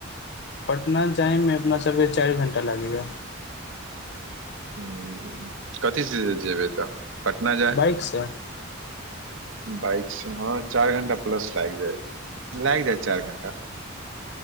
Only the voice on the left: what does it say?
पटना जाइमे अपना सबके चारि घण्टा लागैय
बाइक <inaudible>